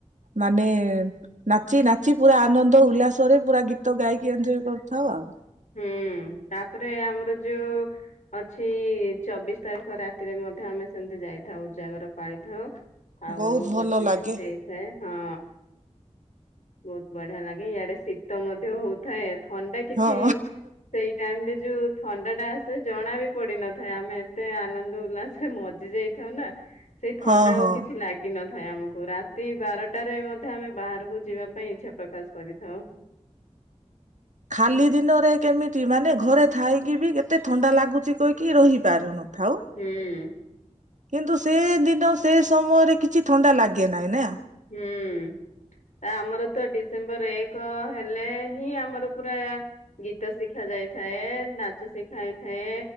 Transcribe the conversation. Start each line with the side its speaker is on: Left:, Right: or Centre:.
Right: ମାନେ ନାଚି, ନାଚି ପୁରା ଆନନ୍ଦ ଉଲ୍ଲାସରେ ପୁରା ଗୀତ ଗାଇକି। ଏଞ୍ଜୟ କରିଥାଉ ଆଉ।
Left: ହୁଁ, ତାପରେ ଆମର ଯୋଉ ଅଛି, ଚବିଶ ତାରିଖ ରାତିରେ ମଧ୍ୟ ଆମେ ସେମିତି ଯାଇଥାଉ। ଉଜାଗର ପାଳିଥାଉ। ଆଉ
Right: ବହୁତ ଭଲ
Left: ପଚିଶ
Right: ଲାଗେ
Left: ହେଇଥାଏ। ହଁ ବହୁତ ବଢିଆ ଲାଗେ। ଇଆଡେ ଶୀତ ମଧ୍ୟ ହଉଥାଏ। ଥଣ୍ଡାକି
Right: ହଁ
Left: କିଛି, ସେଇ ଟାଇମରେ ଯୋଉ ଥଣ୍ଡା ଟା ଆସେ ଜଣା ବି ପଡିିନଥାଏ। ଆମେ ଏତେ ଆନନ୍ଦ ଉଲ୍ଲାସରେ ମଜି ଯାଇ ଥାଉ ନା, ସେଇ ଥଣ୍ଡା
Right: ହଁ ହଁ।
Left: ଆଉ କିଛି ଲାଗେ ଦିନଥାଏ ଆମକୁ, ରାତି ବାରଟାରେ ମଧ୍ୟ ଆମେ ବାହାରକୁ ଯିବା ପାଇଁ ଇଚ୍ଛା ପ୍ରକାଶ କରିଥାଉ।
Right: ଖାଲି ଦିନରେ କେମିତି ମାନେ ଘରେ ଥାଇକି ବି କେତେ ଥଣ୍ଡା ଲାଗୁଛି କହିକି ରହିପାରୁନଥାଉ।
Left: ହୁଁ
Right: କିନ୍ତୁ ସେ ଦିନ, ସେ ସମୟରେ କିଛି ଥଣ୍ଡା ଲାଗେ ନାହିଁ ନା।
Left: ହୁଁ ତା ଆମର ତ ଡିସେମ୍ବର ଏକ ହେଲେ ହିଁ ଆମର ପୁରା ଗୀତ ଶିଖା ଯାଇଥାଏ, ନାଚ ଶିଖା ହେଇଥାଏ।